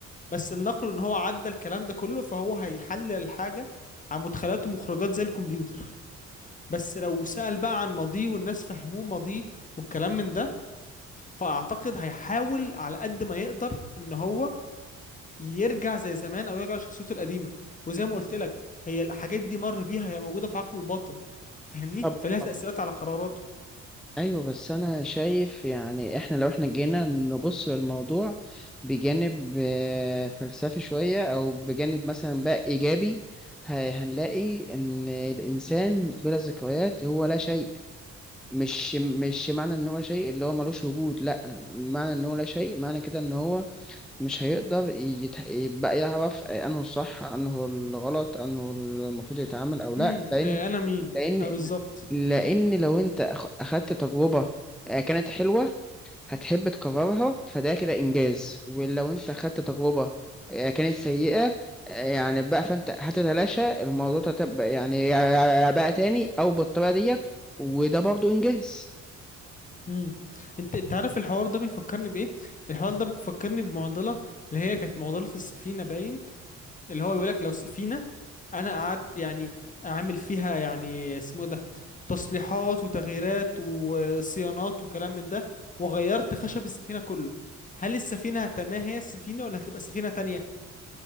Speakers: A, on the left (about 25°); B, in the centre.
A: بس النقل ان هو عدى الكلام ده كله فهو هيحلل الحاجة عن مدخلات ومخرجات زي الكمبيوتر بس لو سأل بقى عن ماضيه والناس فهموه ماضيه والكلام من ده فاعتقد هيحاول على قد ما يقدر ان هو يرجع زي زمان او يرجع لشخصيته القديمه وزي ما قلت لك هي الحاجات دي مر بيها هي موجوده في عقله الباطن فاهمني
B: طب
A: فلها
B: طب
A: تاثيرات على قراراته
B: ايوه بس انا شايف يعني احنا لو احنا جينا نبص للموضوع بجانب آه، فلسفي شوية او بجانب مثلا بقى ايجابي ه- هنلاقي ان الانسان بلا ذكريات هو لا شيء مش مش معنى ان هو شيء اللي هو ملوش وجود لا معنى ان هو لا شيء معنى كده ان هو مش هيقدر يت- يبقى يعرف انه الصح انه الغلط انه المفروض يتعامل او لا
A: امم
B: لان
A: آه، انا مين
B: لان
A: اه بالظبط
B: لان لو انت أخ- اخدت تجربه آه، كانت حلوه هتحب تكررها فده كده انجاز ولو انت اخدت تجربه آه، كانت سيئه آه، يعني بقى فانت هتتلاشى الموضوع ده تبقى يعني يع- بقى تاني او بالطريقه ديت وده برضو انجاز
A: امم انت انت عارف الحوار ده بيفكرني بايه الحوار ده بيفكرني بمعضله اللي هي كانت معضله السفينه باين اللي هو يقول لك لو سفينة انا قعدت يعني اعمل فيها يعني اسمه إيه ده تصليحات وتغييرات وصيانات وكلام من ده وغيرت خشب السفينة كله هل السفينة هتنها هي السفينة ولا هتبقى سفينة تانية